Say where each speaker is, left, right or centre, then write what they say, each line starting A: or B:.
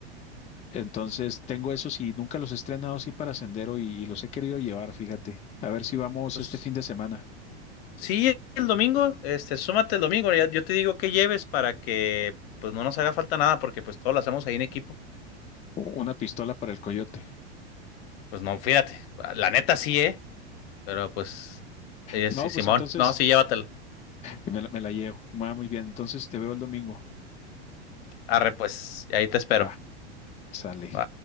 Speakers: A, on the left; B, on the left.
A: Entonces, tengo esos y nunca los he estrenado así para sendero y, y los he querido llevar, fíjate. A ver si vamos
B: Pues
A: este fin de semana.
B: sí, el domingo, este, súmate el domingo, ya- yo te digo que lleves para que pues no nos haga falta nada, porque pues todo lo hacemos ahí en equipo.
A: U- Una pistola para el coyote.
B: Pues no, fíjate, la neta sí, eh, pero pues, eh,
A: No,
B: sí, Simón,
A: pues entonces
B: no, sí, llévatela.
A: me la, me la llevo. Va muy bien. Entonces te veo el domingo.
B: Arre, pues, ahí te espero.
A: Va, sale.
B: Va.